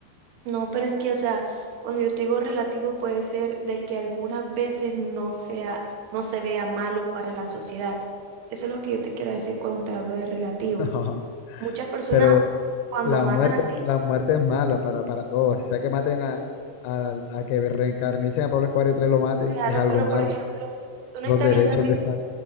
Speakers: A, on the right; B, on the left.
A: no, pero es que, o sea, cuando yo te digo relativo puede ser de que algunas veces no sea, no se vea malo para la sociedad. Eso es lo que yo te quiero decir cuando te hablo de relativo.
B: <laughs>
A: Muchas personas
B: Pero,
A: cuando
B: La
A: matan
B: muerte,
A: así,
B: la muerte es mala para, para todos. Si sea que maten a, a, a que reencarnicen a Pablo Escobar y otra vez lo maten,
A: claro,
B: es algo
A: pero
B: malo.
A: por ejemplo, tú no
B: Los
A: estarías
B: derechos,
A: satisfecho
B: ¿dónde están?